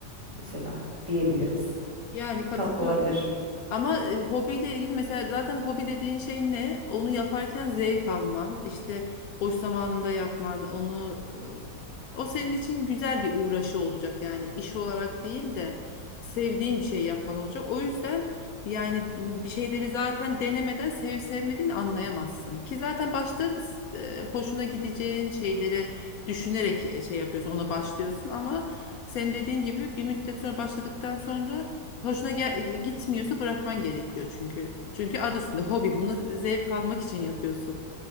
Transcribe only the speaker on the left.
Yani katılıyorum.
Ama e, hobiyle ilgili mesela zaten hobi dediğin şey ne? Onu yaparken zevk alman, işte boş zamanında yapman, onu e, o senin için güzel bir uğraşı olacak. Yani iş olarak değil de sevdiğin bir şey yapman olacak. O yüzden yani bir şeyleri zaten denemeden sevip sevmediğini anlayamazsın. Ki zaten başta e, hoşuna gideceğin şeyleri düşünerek e, şey yapıyorsun, ona başlıyorsun ama senin dediğin gibi bir müddet sonra başladıktan sonra Hoşuna gel gitmiyorsa bırakman gerekiyor çünkü. Çünkü adı üstünde hobi. Bunu zevk almak için yapıyorsun.